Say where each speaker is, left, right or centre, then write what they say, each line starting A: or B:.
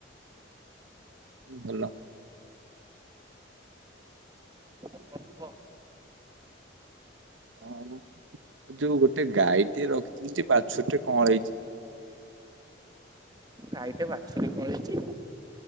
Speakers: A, on the right (about 80°); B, on the right (about 20°).
A: ଉଁ ଭଲ
B: ଆଉ କଣ କୁହ
A: ଆଉ ଯୋଉ ଗୋଟେ ଗାଈ ଟେ ରଖିଥିଲି ଯେ ବାଛୁରୀଟେ କଁଳେଇଚି
B: ଗାଈଟେ ବାଛୁରୀ କଁଳେଇଚି!